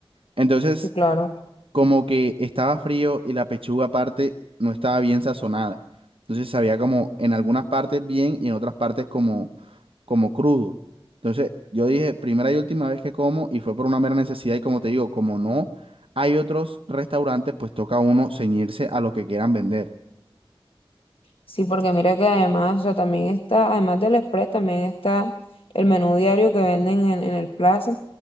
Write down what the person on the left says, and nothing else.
Sí, claro.
Sí, porque mira que además, o sea, también está, además del Express, también está el menú diario que venden en, en el Plaza